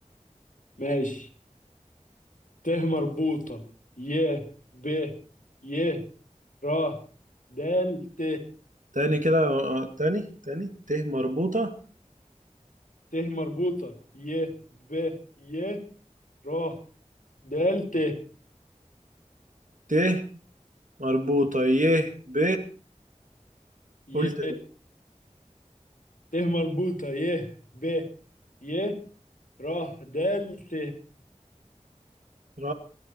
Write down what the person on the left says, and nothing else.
ماشي ت مربوطة ي ب ي را دال ت
ت مربوطة ي ب ي را دال ت
ي
ت مربوطة ي ب ي را دال ت